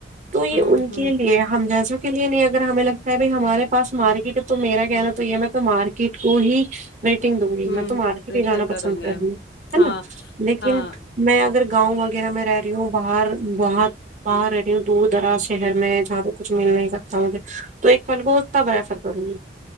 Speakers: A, on the right; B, on the left.
A: تو یہ
B: ہ
A: ان
B: ہ
A: کے لیے ہم جیسو کلیے نہیں اگر ہمیں لگتا ہے ب ہمارے پاس مارکیٹ ہے تو میرا کہنا تو یہ ہے میں تو مارکیٹ کو ہی ریٹنگ دوں گی
B: ہوں
A: میں تو مارکیٹ
B: پریپئر
A: ہی جانا پسند
B: کرو
A: کروں
B: گے
A: گی ہے
B: ہاں
A: نا لیکن
B: ہاں
A: میں اگر گاؤں وغیرہ میں رہی ہوں باہر باہر باہر رہ رہی ہوں دور دراز شہر میں جہاں پہ کچھ مل نہیں سکتا مجھے تو ایک پل کو طبھ ریفر کروں گی